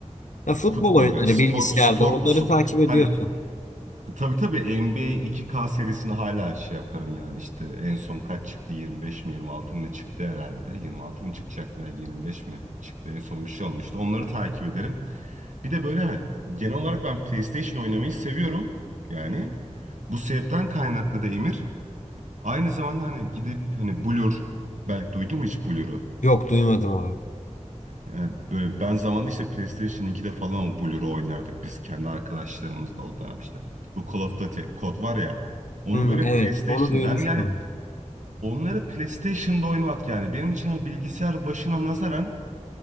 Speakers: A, on the left; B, on the right.
A: Ya futbol
B: futbol
A: oyunları
B: yani spor
A: bilgisayarda
B: spor
A: onları
B: sup,
A: takip ediyorsun.
B: hani tabii tabii NBA 2K serisini hala şey yaparım yani işte en son kaç çıktı 25 mi 26 mı ne çıktı herhalde 26 mı çıkacaktı veya 25 mi çıktı en son bir şey olmuştu onları takip ederim. Bir de böyle hani genel olarak ben PlayStation oynamayı seviyorum yani bu sebepten kaynaklı da Emir Aynı zamanda hani gidip hani Blur belki duydun mu hiç Blur'u?
A: Yok duymadım abi.
B: Yani böyle ben zamanında işte PlayStation 2'de falan o Blur'u oynardık biz kendi arkadaşlarımızla o dönem işte. Bu Call of Duty kod var ya. Onun
A: Hı,
B: böyle
A: evet
B: PlayStation
A: onu duymuştum.
B: ben yani onları PlayStation'da oynamak yani benim için hani bilgisayar başına nazaran